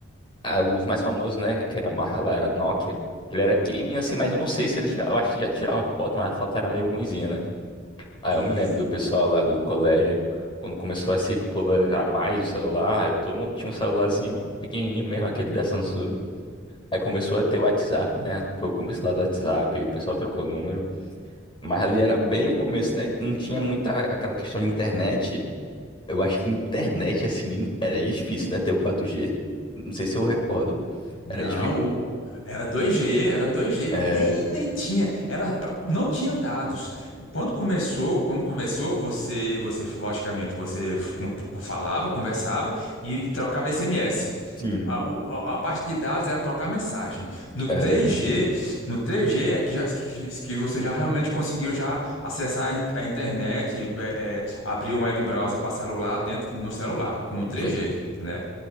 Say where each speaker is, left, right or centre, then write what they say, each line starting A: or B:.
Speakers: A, on the left; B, on the left.
A: ah, os mais famosos, né? Que era a marca lá, era Nokia. Ele era pequenininho assim, mas eu não sei se ele já, eu acho que já tirava foto, mas a foto era meio ruinzinha, né? Aí
B: Isso.
A: eu me lembro do pessoal lá do colégio, quando começou a se popularizar mais o celular, aí todo mundo tinha um celularzinho pequenininho mesmo, aquele da Samsung. Aí começou a ter o WhatsApp, né? Foi o começo lá do WhatsApp, o pessoal trocou o número. Mas ali era bem o começo, né? Não tinha muita aquela questão de internet. Eu acho que internet, assim, era difícil, né? Ter o 4G. Não sei se eu recordo.
B: Não,
A: Era difícil.
B: o- era dois g era dois g
A: É,
B: bem lentinha. Era, ba- não tinha dados. Quando começou, quando começou, você, você logicamente, você f- com- com- falava, conversava e, e trocava SMS.
A: sim,
B: A, o- a- a parte de dados era trocar mensagem. No
A: era.
B: três g no três g é que, já, que, que você já realmente conseguiu já acessar a, in- a internet, é, é, abrir um web browser para celular dentro no celular com o 3G,
A: Foi,
B: né?